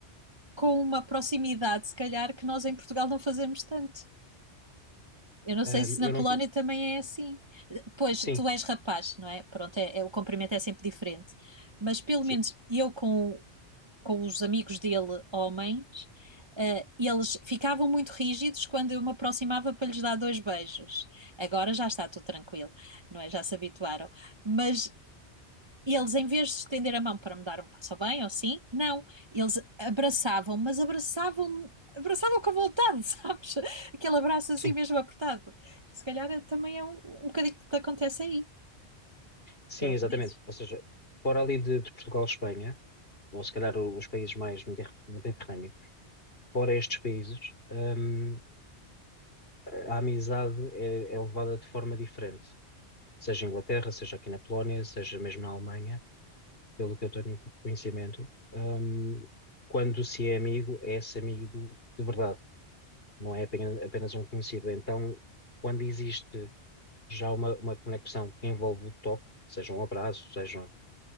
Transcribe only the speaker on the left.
Ahm,
eu
não tive.
Sim,
sim,
sim.
Sim,
exatamente.
Ou seja, fora ali de, de Portugal e Espanha. ou se calhar os países mais mediter- mediterrâneos, fora estes países, hum, a amizade é, é levada de forma diferente, seja em Inglaterra, seja aqui na Polónia, seja mesmo na Alemanha, pelo que eu tenho conhecimento, hum, quando se é amigo, é esse amigo de verdade, não é apenas, apenas um conhecido. Então, quando existe já uma, uma conexão que envolve o toque, seja um abraço, seja,